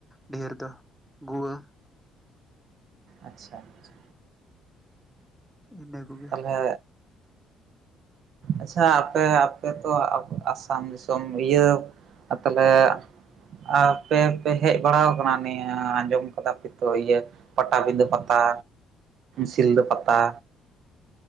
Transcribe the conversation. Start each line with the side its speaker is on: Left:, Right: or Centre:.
Centre: ᱰᱷᱮᱨ ᱫᱚ ᱜᱩᱣᱟᱹ᱾
Right: ᱟᱪᱪᱷᱟ ᱟᱪᱪᱷᱟ᱾
Centre: ᱤᱱᱟᱹ᱾ ᱠᱚᱜᱮ
Right: ᱛᱟᱞᱦᱮ ᱟᱪᱪᱷᱟ ᱟᱯᱮ, ᱟᱯᱮᱛᱚ ᱟᱥᱟᱢ ᱫᱤᱥᱚᱢ ᱤᱭᱟᱹ ᱟᱨ ᱛᱟᱞᱦᱮ ᱟ ᱟᱯᱮ ᱮᱱᱛᱮ ᱦᱮᱡ ᱵᱟᱲᱟᱣ ᱠᱟᱱᱟ ᱱᱤᱭᱟᱹ, ᱟᱸᱡᱚᱢ ᱠᱟᱫᱟ ᱯᱮ ᱛᱚ ᱤᱭᱟᱹ? ᱯᱟᱴᱟᱵᱤᱸᱫᱟᱹ ᱯᱟᱛᱟ, ᱥᱤᱞᱫᱟᱹ ᱯᱟᱛᱟ?